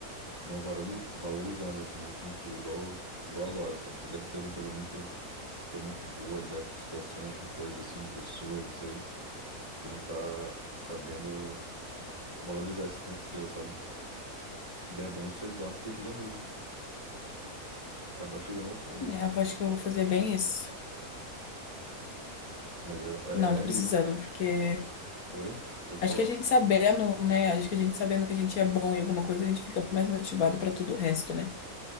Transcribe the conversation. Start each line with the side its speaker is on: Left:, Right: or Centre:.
Right: não valori- valorizando, assim, nesse sentido, igual, igual agora, sabe? Você deve ter alguma coisa muito, que é muito boa, lidar com situações, com coisas assim, pessoas, não sei, e não tá sabendo valorizar esse ponto seu, sabe? Daí É bom você dar uma refletida mesmo, acabar chegando ao...
Left: é,
Right: ao-
Left: eu acho que eu vou fazer bem isso.
Right: Mas é,
Left: Não, tô
Right: é, é mesmo.
Left: precisando, porque
Right: Oi? Pode
Left: acho
Right: falar.
Left: que a gente sabendo, né? Acho que a gente sabendo que a gente é bom em alguma coisa, a gente fica mais motivado pra tudo o resto, né?